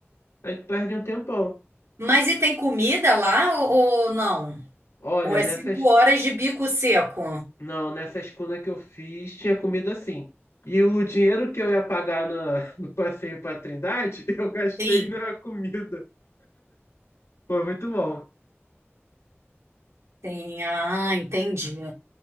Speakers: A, on the left; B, on the right.
A: aí tu perde um tempão.
B: Mas e tem comida lá ou, ou não?
A: Olha,
B: Ou é
A: nessas
B: cinco horas de bico seco?
A: Não, nessa escuna que eu fiz, tinha comida assim. E o dinheiro que eu ia pagar na- <laughs> no passeio para Trindade, <laughs> eu gastei
B: Sim.
A: na comida. Foi muito bom.
B: Sim, ah, entendi.